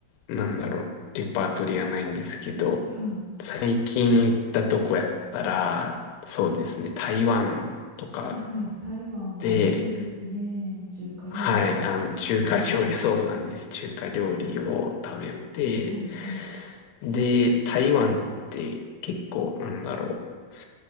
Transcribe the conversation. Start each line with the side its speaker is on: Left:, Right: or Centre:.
Left: なんだろう、レパートリーはないんですけど、
Right: はい。
Left: 最近行ったとこやったら、そうですね。台湾とか
Right: はい、はい。台湾も美味しいですね。
Left: で、
Right: 中華料理。
Left: はい、あの、中華料理、そうなんです。中華料理を食べて、
Right: はい、はい。
Left: で、台湾って結構、なんだろう、